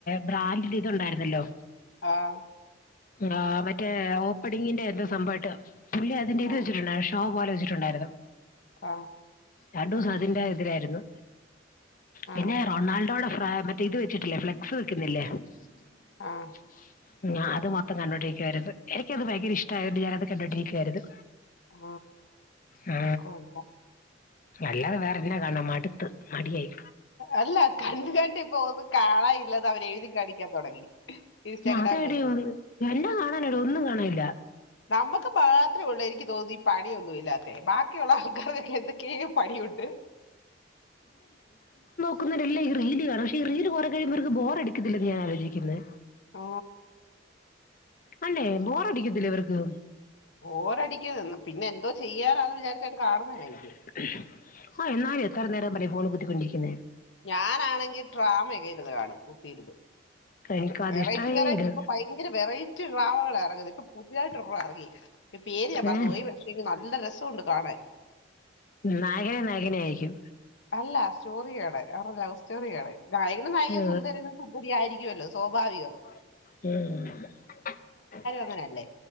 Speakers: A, on the left; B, on the left.
A: ബ്രാൻഡ്ല് ഇതു ഉണ്ടായിരുന്നല്ലോ
B: ആഹ
A: ആ മറ്റേ ഓപ്പണിങ്ങിന്റെ എന്തോ സംഭവയിട്ട് പുള്ളി അതിന്റെ ഇത്
B: ആ
A: വച്ചിട്ടുണ്ട് ഷോ ലെ ച്ച്ട്ടൊണ്ടായിരുന്നു
B: ആഹ്
A: രണ്ടുസം അതിന്റെ ഇതിലായിരുന്നു.
B: ആ
A: പിന്നെ റൊണാൾഡോട ഫ്ര മറ്റ് ഇത് വെച്ചിട്ടില്ലേ ഫ്ലെക്സ് വെക്കുന്നില്ലേ? <unintelligible>
B: ആ
A: ഉം അത് മാ പ്പം കണ്ടോണ്ടിരിക്കുവാരുന്നു. എനിക്കത് ഭയങ്കര ഇഷ്ട്ടായോണ്ട് ഞാനത് കണ്ടോണ്ടിരി ക്കാരുന്നു
B: ആ
A: ആ
B: കൊള്ളാം
A: അല്ലാതെ വേറെ എന്നാ കാണണം മട്ത്ത് മടിയായി.
B: അല്ല കണ്ട് കണ്ട് ഇപ്പൊ ഒന്നും കാണാനില്ലന്ന് അവര് എഴുതി കാണിക്കാൻ തൊടങ്ങി ഇൻസ്റ്റാഗ്രാമിലൊക്കെ.
A: അതേടി വന്ന് എല്ലാം കാണാനടി ഒന്നും കാണാനില്ല
B: നമക്ക് മാത്രേ ഒള്ളേ എനിക്ക് തോന്നി പണിയൊന്നുല്ലാ ബാക്കി ഉള്ള ആൾക്കാർക്കൊക്കെ എന്തക്കെ പണിയുണ്ട്.
A: കുന്നതല്ലാം റീലാണ് പക്ഷെ റീല് കൊറെ കഴുമ്പോ അവർക്ക് ബോറടിക്കുന്നില്ലേ ഞാൻ ആലോചിക്കുന്നേ.
B: ഓ
A: അല്ലേ ബോറടിക്കത്തില്ലേ ഇവർക്ക്?
B: ബോറടിക്കും പിന്നെ എന്തോ ചെയ്യാനാന്ന് വിചാരിച്ച് കാണുന്നതായി
A: <unintelligible> ആ എന്നാലും എത്ര നേരം പറയും ഫോണ് കുത്തിക്കൊണ്ടിരിക്കുന്നേ.
B: ഞാനാണെങ്കിൽ ഡ്രാമക്കെ ഇരുന്ന് കാണും കുത്തിയിര്ന്ന്
A: എനിക്ക് അത്
B: വെറൈറ്റി
A: ഇഷ്ടമേ
B: വെറൈറ്റി
A: ഇല്ല
B: ഇപ്പൊ ഭയങ്കര വെറൈറ്റി ഡ്രാമകളാ ഇറങ്ങുന്നത് ഇപ്പൊ പുതിയായിട്ട് ഒരെണ്ണം ഇറങ്ങി. ഈ പേര് ഞാൻ മറന്നുപോയി
A: ഏഹ്
B: പക്ഷേ എനിക്ക് നല്ല രസമുണ്ട് കാണാൻ
A: നഗ നഗനെ ആയിരിക്കും.
B: അല്ലാ സ്റ്റോറിയാണ് അവരുടെ ലൗ സ്റ്റോറിയാണ്. നായകനും നായകിയും
A: ഏ,
B: സുന്ദരനും സുന്ദരി ആയിരിക്കുവല്ലോ സ്വാഭാവികം
A: ഉം
B: അങ്ങനെല്ലേ